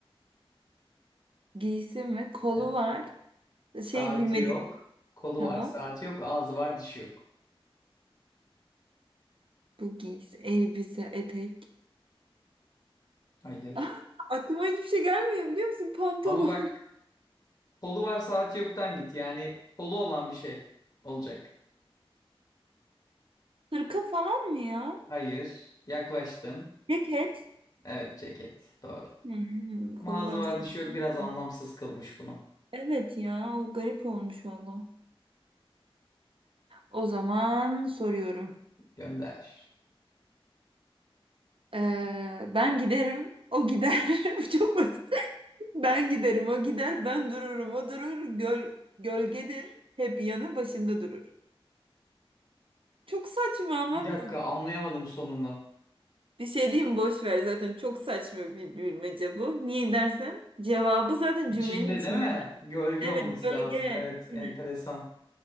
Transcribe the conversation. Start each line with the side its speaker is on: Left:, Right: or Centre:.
Right: Giysi mi? Kolu
Left: Evet.
Right: var.
Left: Saati
Right: Şey bilmedik.
Left: yok. Kolu
Right: Tamam.
Left: var saati yok. Ağzı var dişi yok.
Right: Bu giysi, elbise, etek. <laughs>
Left: Hayır.
Right: Ah, aklıma hiçbir şey gelmiyor biliyor musun? Pantolon.
Left: Ama bak kolu var saati yoktan git. Yani kolu olan bir şey olacak.
Right: <laughs> Hırka falan mı ya?
Left: Hayır. Yaklaştın.
Right: Ceket.
Left: Evet ceket. Doğru.
Right: Hmm, kolu
Left: Ama ağzı
Right: var
Left: var
Right: sanki.
Left: dişi yok biraz anlamsız kılmış bunu.
Right: Evet ya, o garip olmuş valla. O zaman soruyorum.
Left: Gönder.
Right: Ee, ben giderim, o gider. <laughs> Bu Çok basit. Ben giderim, o gider. Ben dururum, o durur. Göl, gölgedir. Hep yanı başında durur. Çok saçma ama
Left: Bir dakika
Right: bu-
Left: anlayamadım sonunu.
Right: bir şey diyeyim mi? boş ver. Zaten çok saçma bir bilmece bu. Niye dersen cevabı zaten
Left: İçinde
Right: cümlenin içinde.
Left: değil mi? Gölge
Right: Evet,
Left: olması
Right: gölge.
Left: lazım. Evet
Right: Aynen.
Left: enteresan.